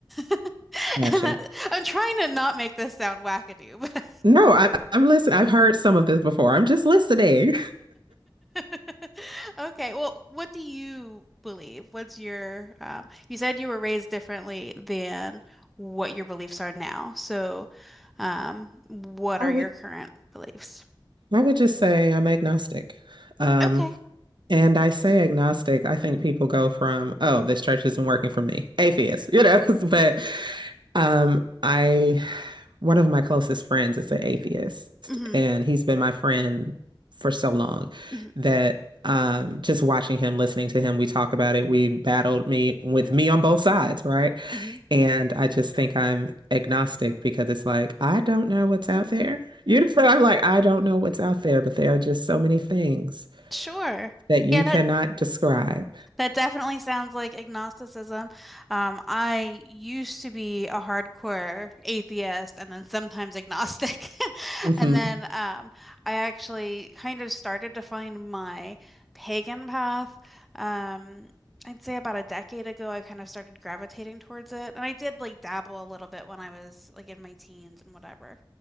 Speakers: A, in the centre; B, on the right.
A: <laughs>
B: Gotcha.
A: And that, I'm trying to not make this sound wackadoo, but
B: No, I, I'm listening. I've heard some of this before. I'm just listening.
A: <laughs> okay. Well, what do you believe? What's your, um, you said you were raised differently than what your beliefs are now. So, um, what
B: <laughs> I
A: are
B: would
A: your current beliefs?
B: I would just say I'm agnostic. Um,
A: Okay.
B: and I say agnostic, I think people go from, oh, this church isn't working for me, atheist, you know. <laughs> but um, I, one of my closest friends is an atheist,
A: hmm
B: and he's been my friend for so long
A: hmm
B: that um, just watching him, listening to him, we talk about it. We've battled me with me on both sides, right?
A: hmm
B: And I just think I'm agnostic because it's like, I don't know what's out there. <laughs> You know,
A: Mhm.
B: I'm like, I don't know what's out there, but there are just so many things
A: Sure.
B: that you
A: Yeah, that
B: cannot describe.
A: That definitely sounds like agnosticism. Um, I used to be a hardcore atheist and then sometimes agnostic. <laughs>
B: Mm-hmm.
A: And then um, I actually kind of started to find my pagan path. Um, I'd say about a decade ago, I kind of started gravitating towards it. And I did like dabble a little bit when I was like in my teens and whatever.